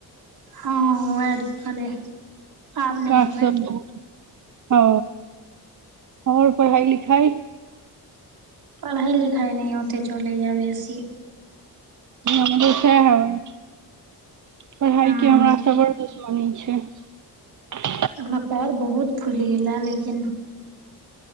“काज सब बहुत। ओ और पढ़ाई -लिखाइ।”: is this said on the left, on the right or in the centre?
Right